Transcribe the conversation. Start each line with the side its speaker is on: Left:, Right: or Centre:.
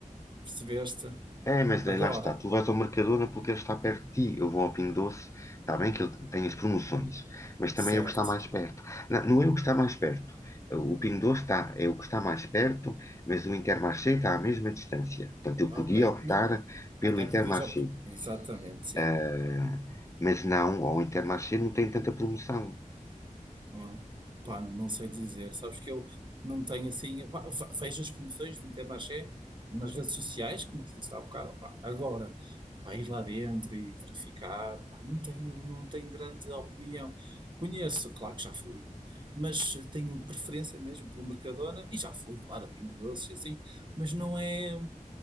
Right: Percebeste?
Left: É, mas daí
Right: Agora,
Left: lá está, tu vais ao Mercadona porque ele está perto de ti. Eu vou ao Pingo Doce, está bem que ele tem as promoções, mas também
Right: certo.
Left: é o que está mais perto. Não, não é o que está mais perto. O Pingo Doce está, é o que está mais perto, mas o Intermarché está à mesma distância. Portanto, eu
Right: Ok,
Left: podia optar
Right: mas
Left: pelo
Right: até
Left: Intermarché.
Right: podes... op- Exatamente, sim.
Left: Ah, mas não, o Intermarché não tem tanta promoção.
Right: Ah, pá, não sei dizer. Sabes que eu não tenho assim. pá, ve- vejo as promoções do Intermarché nas redes sociais, como te disse há bocado. pá. agora, pá, ir lá dentro e verificar, pá, não tenho, não tenho grande opinião. Conheço, claro que já fui, mas tenho preferência mesmo pelo Mercadona e já fui, claro, a Pingo Doce e assim, mas não é.